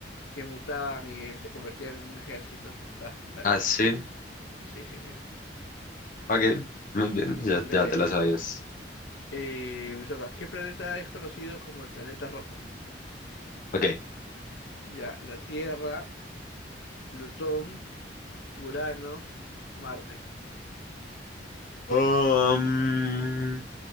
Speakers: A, on the left (about 80°); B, on the left (about 50°).
A: que mutaban y eh, se convertían en un ejército. Ah, dale.
B: Ah, sí.
A: Sí, sí, sí.
B: Ok, muy bien. Ya,
A: Dale,
B: ya te la sabías.
A: Eh, me toca. ¿Qué planeta es conocido como el planeta rojo?
B: Ok.
A: Ya, la Tierra, Plutón, Urano, Marte.
B: Um,